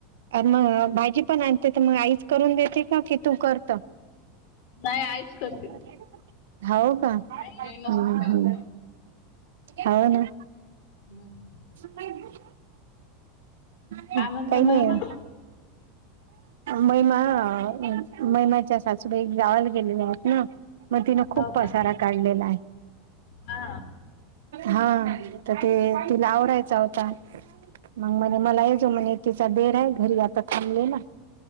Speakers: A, on the right (about 85°); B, on the left (about 60°).
A: अन मग भाजी पण आणते तर मग आईच करून देते का? की तू करतं?
B: नाही आईच करते
A: <unintelligible> हाव का हं
B: मी नसते करत
A: हं.
B: हो.
A: हो ना.
B: हम्म
A: नाही बी हं
B: काय म्हणते
A: काही नाहीयं.
B: महिमा
A: महिमा महिमाच्या सासूबाई गावाला गेलेल्या आहेत ना. मग तिनं
B: हो
A: खूप
B: का
A: पसारा काढलेला आहे.
B: हा
A: हा तर ते तिला आवडायचा होता. मग म्हणे मलाही जमेना म्हणे तिचा देर आहे घरी आता थांबलेला.